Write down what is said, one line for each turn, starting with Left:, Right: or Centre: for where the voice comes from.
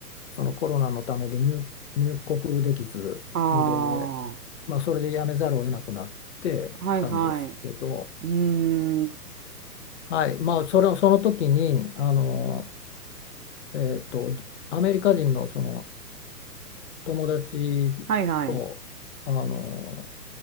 Left: そのコロナのためで入、入国できずで、
Right: ああ、
Left: まあ、それで辞めざるを得なくなってたんですけど、
Right: はいはい。うーん、
Left: はいまあ、それその時にあの、えっと、アメリカ人の、その友達
Right: はいはい。
Left: とあの
Right: う